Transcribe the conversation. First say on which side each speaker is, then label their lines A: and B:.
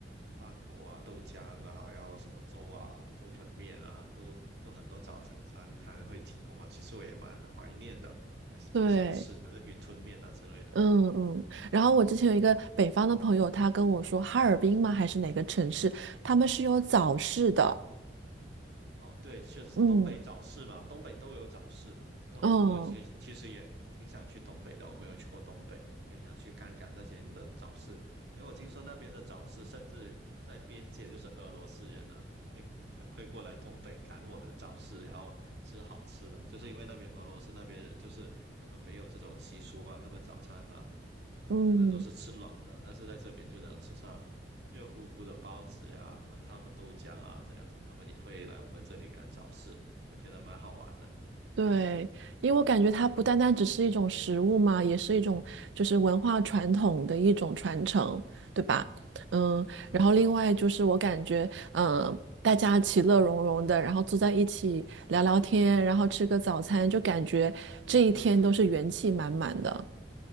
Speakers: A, on the right; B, on the right.
A: 馒头啊、豆浆啊，然后什么粥啊、粥粉面啊，都都很多早餐摊会提供嘛。其实我也蛮怀念的，蛮蛮想吃的，
B: 对，
A: 那云吞面啊之类的。
B: 嗯嗯，然后我之前有一个北方的朋友，他跟我说，哈尔滨吗？还是哪个城市？他们是有早市的，
A: 哦，对，确实东北早市嘛，
B: 嗯，
A: 东北都有早市嘛，就很我其其实也挺想去东北的，
B: 嗯
A: 我没有去过东北，也想去看看那边的早市。哎，我听说那边的早市，甚至在边界，就是俄罗斯人呢、会会过来东北赶我们的早市，然后吃好吃的，就是因为那边俄罗斯那边人，就是他们没有这种习俗嘛，他们早餐嘛，他们可能都是吃冷的，
B: 嗯，
A: 但是在这边就能吃上热乎乎的包子呀、滚烫的豆浆啊，这样子，他们也会来我们这里赶早市，我觉得蛮好玩的。
B: 对，因为我感觉它不单单只是一种食物嘛，也是一种就是文化传统的一种传承，对吧？嗯，
A: 对，
B: 然后另外就是我感觉，嗯、大家其乐融融的，然后坐在一起聊聊天，然后吃个早餐，就感觉这一天都是元气满满的。